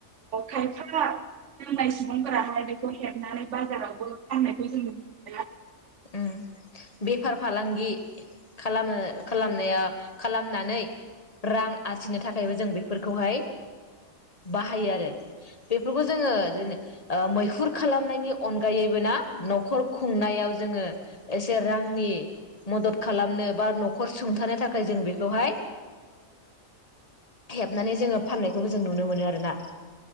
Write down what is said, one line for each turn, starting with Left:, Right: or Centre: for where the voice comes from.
Right: खायफा रोंनाय सुबुंफोराहाय बेखौ हेबनानै बाजारावबो फाननायखौ जों नुनो मोनो।
Left: उम बेफार फालांगि खालामो खालामनाया खालामनानै रां आरजिनो थाखायबो जों बेफोरखौहाय बाहायो आरो। बेफोरखौ जोङो जेने मैहुर खालामनायनि अनगायैबो ना न'खर खुंनायाव जोङो एसे रांनि मदद खालामनो बा न'खर सुंथानो थाखाय जों बेखौहाय हेबनानै जोङो फाननायखौबो जों नुनो मोनो आरोना।